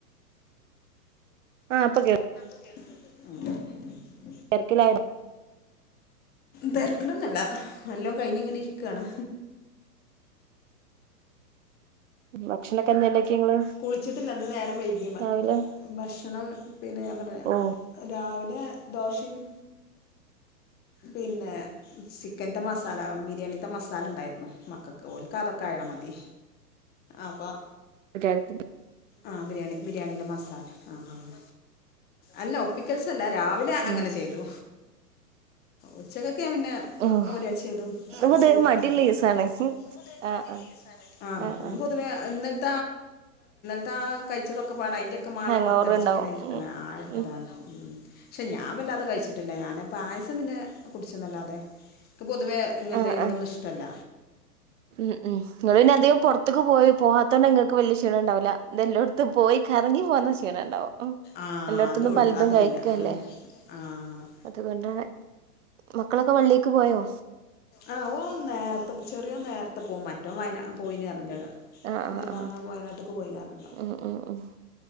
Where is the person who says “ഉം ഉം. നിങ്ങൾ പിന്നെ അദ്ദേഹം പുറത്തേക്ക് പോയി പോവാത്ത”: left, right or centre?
Right